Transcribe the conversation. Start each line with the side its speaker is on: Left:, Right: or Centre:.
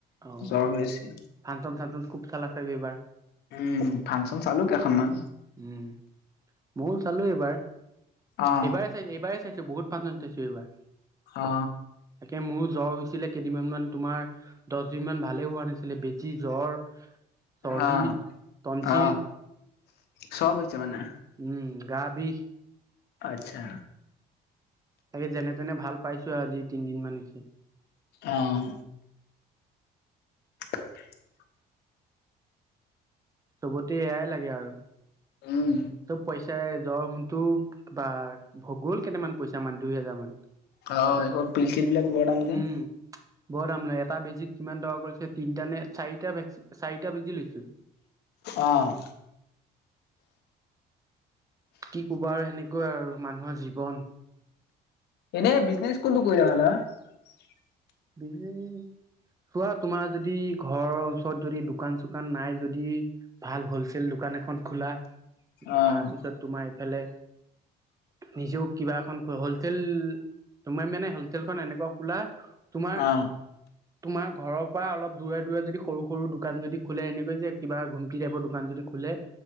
Right: অহ
Left: জ্বৰ
Right: ফাংচন
Left: হৈ আছে
Right: -চাংচন খুব চালা চাবি এইবাৰ।
Left: উম, ফাংচন চালো কেইখনমান।
Right: উম, ময়ো চালো এইবাৰ-
Left: অ
Right: এইবাৰেই চাই- এইবাৰেই চাই বহুত ফাংচন চাইছোঁ এইবাৰ তাকে
Left: অ
Right: মোৰো জ্বৰ ছিলে। কেইদিনমান মান তোমাৰ দচ দিন মান ভালে হোৱা নাছিলে বেজী জ্বৰ চৰ্দি,
Left: অ
Right: তনছিল
Left: অ চব হৈছে মানে?
Right: উম, গা বিষ।
Left: আচ্ছা।
Right: তাকে যেনে-তেনে ভাল পাইছো আৰু আজি তিনদিনমান হৈছে।
Left: আহ <inaudible>
Right: চবতে এয়াই লাগে আৰু।
Left: উম
Right: চব পইচাই জ্বৰ হুনটো বা গল কেইটামান পইচা মান দুই হেজাৰ মান।
Left: হয়, এইহপা পিল- ছিল বিলাক বৰ দাম যে।
Right: উম, বৰ দাম লয়। এটা বেজিত কিমান টকা পৰিছে তিনিটা নে চাৰিটা -চাৰিটা বেজি লৈছো।
Left: অঁ।
Right: কি কবা আৰু সেনেকুৱাই আৰু মানুহৰ জীৱন।
Left: এনে বিজনেচ কোনটো কৰিলে ভাল হয়?
Right: বিজনেছ চোৱা তোমাৰ যদি ঘৰৰ ওচৰত যদি দোকান চোকান নাই যদি ভাল হলচেল দোকান। দোকান এখন খোলা
Left: অ
Right: তাৰপিছত তোমাৰ এইফালে। নিজেও কিবা এখন হলচেল তোমাৰ মানে হলচেলখন এনেকুৱা খোলা তোমাৰ
Left: অ।
Right: তোমাৰ ঘৰৰ পৰা অলপ দূৰে-দূৰে যদি সৰু-সৰু দোকান যদি খোলে এনেকৈ যে কিবা ঘুমটি টাইপৰ দোকান যদি খোলে।